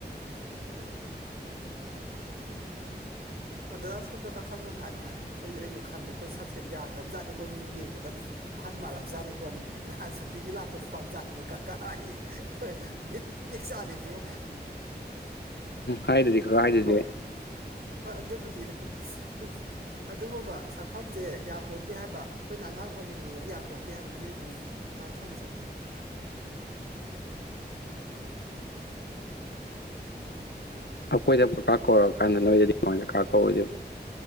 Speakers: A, on the right (about 60°); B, on the left (about 75°).
A: ꯎꯝꯝ ꯀꯩꯅꯣ ꯑꯗꯥ ꯁꯣꯝꯗ ꯀꯈꯠꯂꯣ ꯀꯥꯏꯅ ꯍꯥꯏ ꯈꯣꯏ ꯑꯩꯅ ꯈꯜꯂꯦ ꯑꯈꯣꯏ ꯁꯛꯁꯦ ꯌ꯭ꯗꯔꯥꯕꯖꯥꯠꯅꯦꯀꯣ ꯃꯤꯃꯤꯅꯥ ꯌꯦꯡꯕꯗ ꯗꯨꯝ ꯑꯍꯜ ꯃꯥꯜꯂꯕꯖꯥꯠꯅꯦꯀꯣꯅ ꯅꯍꯥꯟ ꯁꯨꯇꯤꯡꯒꯤ ꯂꯥꯛꯄꯥ ꯅꯤꯄꯥ-ꯃꯆꯥꯅ ꯀꯥꯀꯥ ꯑꯌꯦ ꯕꯤꯠꯀꯥ ꯇꯦꯛ ꯖꯥꯠꯅꯤꯕꯣ
B: ꯍꯥꯏꯗꯨꯗꯤ ꯀꯀꯥ ꯍꯥꯏꯗꯨꯗꯤ
A: ꯍꯣꯏ ꯍꯣꯏ ꯑꯗꯨꯕꯨꯗꯤ ꯗꯤ <unintelligible> ꯑꯗꯨꯕꯣꯕꯥ ꯁꯛꯐꯝꯁꯦ ꯌꯥꯄꯣꯇꯦ ꯍꯥꯏꯕ ꯈꯣꯏꯅ ꯑꯉꯥꯡ ꯑꯣꯟꯅꯤꯡꯉꯦꯅ ꯌꯥꯄꯣꯟꯇꯦ ꯍꯥꯌꯕ ꯃꯤꯑꯣꯏꯕꯩ ꯃꯥꯏꯊꯣꯡꯁꯦ
B: ꯑꯩꯈꯣꯏꯗ ꯐꯕꯥ ꯀꯧꯔꯀꯥꯟꯗ ꯅꯣꯏꯗꯗꯤ ꯀꯃꯥꯏꯅ ꯀꯥ ꯀꯧꯔꯣꯏꯗꯤ